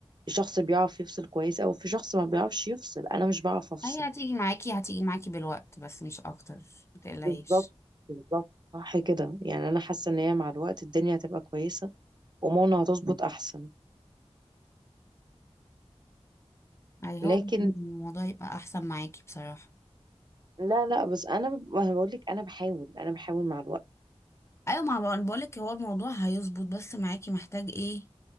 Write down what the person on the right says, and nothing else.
في شخص بيعرف يفصل كويس او في شخص ما بيعرفش يفصل انا مش بعرف افصل
بالظبط بالظبط صح كده يعني انا حاسه ان هي مع الوقت الدنيا هتبقى كويسه وماما هتظبط احسن
لكن
لا لا بس انا ب- ما أنا بقول لك انا بحاول انا بحاول مع الوقت